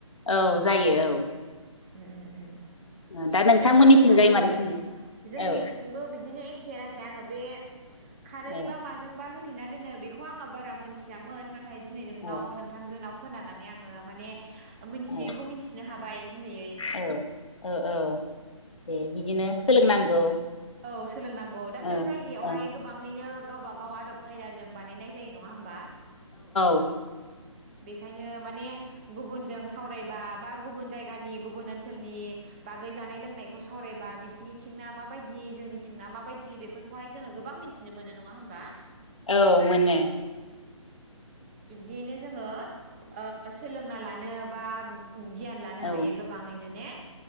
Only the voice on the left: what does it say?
औ जायो
औ दा नोंथांमोननिथिंजाय
मारै
सङो
औ
औ
औ
औ
औ
औ औ <inaudible> बिदिनो सोलोंनांगौ
ओ
ओ
<inaudible>
औ मोनो।
औ